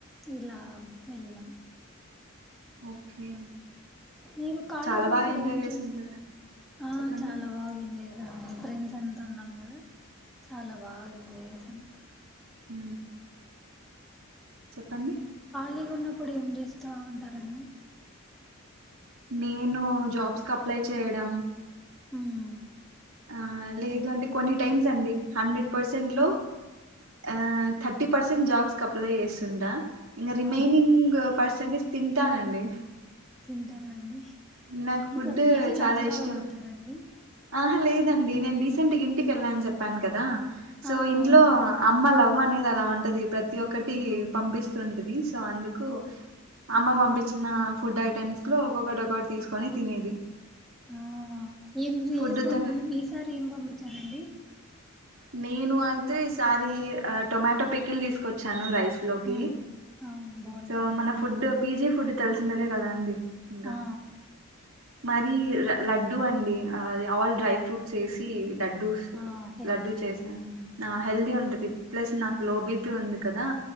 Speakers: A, in the centre; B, on the right (about 65°).
A: ఇలా వెెళ్లం
B: ఓకే
A: మీరు ఖాళీ
B: చాలా
A: ఉన్నప్పుడు
B: బాగా ఎంజాయ్
A: ఏం
B: చేసింటారా
A: చేస్ ఆ
B: చెప్పండి
A: చాలా బాగా ఏంజాయ్ జే అవునండి ఫ్రెండ్స్ అంతా ఉన్నాం గదా చాలా బాగ ఎంజాయ్ చేసం
B: ఊ చెప్పండి
A: లిగ ఉన్నప్పుడు ఏం చేస్తా ఉంటారండి
B: నేను జాబ్స్ కు అప్లై చేయడం
A: ఊ మ్
B: ఆ లేదు అంటే కొన్ని టైమ్స్ అండి హండ్రెడ్ పర్సెంట్ లో ఆ థర్టీ పర్సెంట్ జాబ్స్ అప్లై చేస్తుంటా ఇంగ రిమైనింగ్
A: ఆ!
B: పర్సంటేజ్ తింటానండి
A: తింటరా అండి
B: నాకు ఫుడ్
A: అ పీజీలు
B: చాలా
A: అంత బాగా
B: ఇష్టం
A: పెట్టారండి
B: ఆహా లేదండి నేను రీసెంట్ గా ఇంటికి వెళ్ళాను చెప్ ప్పాను కదా
A: ఆ
B: సో ఇంట్లో
A: అవునవును
B: అమ్మ లవ్ అనేది అలా ఉంటది ప్రత్ ప్రతి ఒక్కటి
A: అవును
B: పంపిస్తుంటది సో అందుకు
A: ఆ
B: అమ్మ పంపిచ్చిన ఫుడ్ ఐటెమ్స్ లో ఒక్కొక్కటి ఒక్కటి తీసుకొని తినేది
A: ఆ ఏం చేస్తాం
B: ఫుడ్ తోనే
A: ఏమి ఈసారి ఏం పంపి అండి
B: నేను అయితే ఈసారి ఆ టొమాటో పికిల్ తీసుకొచ్చాను రైస్ లోకి
A: ఉమ్ అవును బాగుంటదండి
B: సో మన ఫుడ్
A: ఉమ్,
B: పీజీ ఫుడ్ తెలిసినదే కదా అండి ఇంకా
A: ఆ
B: మరి లడ్డు అండి అది ఆల్ డ్రై ఫ్రూట్స్ వేసి లడ్డుస్
A: ఆ హెల్దీ
B: లడ్డు చేసిన
A: ఉమ్
B: హెల్దీ
A: ఉమ్
B: ఉంటది ప్లస్ నాకు
A: ఉమ్,
B: లో బిపి ఉంది కదా